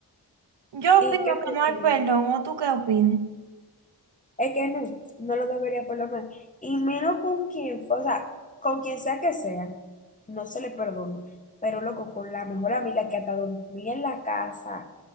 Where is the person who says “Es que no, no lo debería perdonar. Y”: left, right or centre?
Left